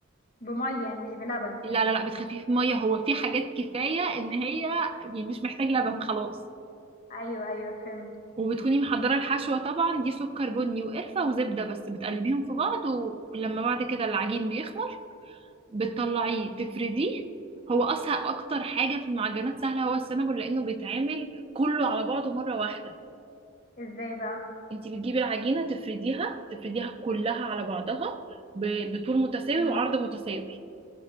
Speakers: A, on the left (about 45°); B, on the right (about 30°).
A: بمية يعني مش بلبن
B: لا لا لا بتخففيه بمية هو في حاجات كفاية ان هي يعني مش محتاج لبن خلاص
A: ايوه ايوه فهمت
B: وبتكوني محضرة الحشوة طبعا دي سكر بني وقرفة وزبدة بس بتقلبيهم في بعض ولما بعد كده العجين بيخمر بتطلعيه
A: مم.
B: تفرديه هو أسهل أكتر حاجة في المعجنات سهلة هو السنابل لأنه بيتعمل كله على بعضه مرة واحدة
A: ازاي بقى
B: انتي بتجيبي العجينة تفرديها تفرديها كلها على بعضها ب- بطول متساوي
A: مم.
B: وعرض متساوي